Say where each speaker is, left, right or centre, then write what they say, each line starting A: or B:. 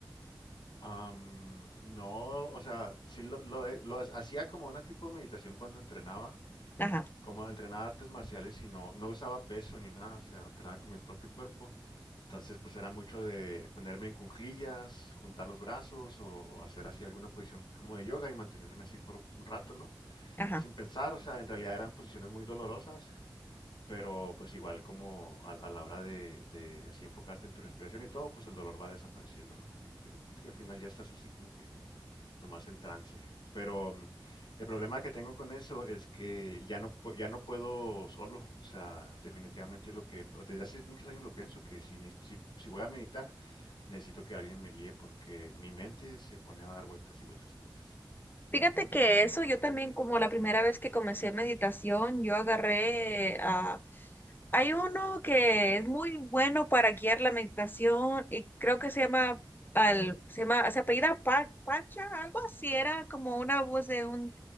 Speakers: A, on the left (about 65°); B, on the left (about 25°).
A: Am, no, o sea, sí lo, lo, he- lo ha- hacía como una tipo de meditación cuando entrenaba,
B: Ajá,
A: como entrenaba artes marciales y no, no usaba peso ni nada, o sea, entrenaba con mi propio cuerpo. Entonces, pues era mucho de ponerme en cuclillas, juntar los brazos o, o hacer así alguna posición como de yoga y mantenerme así por un rato, ¿no?
B: ajá.
A: sin pensar, o sea, en realidad eran posiciones muy dolorosas, pero pues igual como a, a la hora de, de así enfocarte en tu respiración y todo, pues el dolor va desapareciendo, ¿no? Así poquito a poquito y al final ya estás así como que nomás en trance. Pero mm, el problema que tengo con eso es que ya no, pu- ya no puedo solo, o sea, definitivamente lo que, pues, desde hace muchos años lo pienso, que si, ne- si, si voy a meditar, necesito que alguien me guíe porque mi mente se pone a dar vueltas y vueltas y vueltas.
B: Fíjate que eso yo también, como la primera vez que comencé meditación, yo agarré a... Hay uno que es muy bueno para guiar la meditación y creo que se llama, al, se llama, se apellida Pa- Pacha, algo así, era como una voz de un,